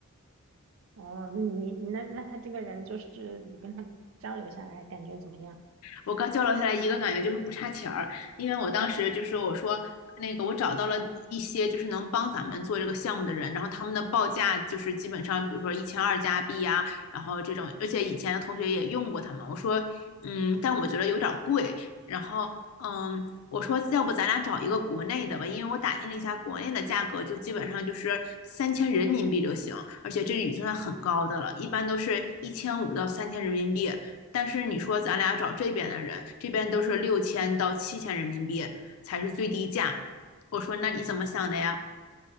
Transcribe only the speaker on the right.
哦，那你那那他这个人就是你跟他交流下来感觉怎么样？